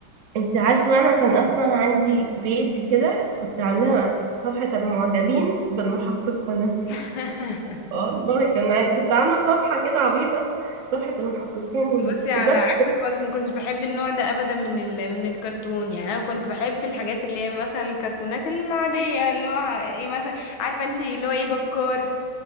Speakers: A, on the right; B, on the left.
A: انت عارفه بقى انا كان اصلا عندي بيج كده كنت عاملاها صفحه المعجبين بالمحقق كونان
B: <laughs>
A: والله كان عن... كنت عاملة صفحة كده عبيطة صفحة المحققين
B: بصي على
A: وجت
B: عكسك خالص ما كنتش بحب النوع ده ابدا من ال... من الكرتون يعني انا كنت بحب الحاجات اللي هي مثلا الكرتونات العاديه اللي هو ايه مثلا عارفه انت اللي هو ايه بكار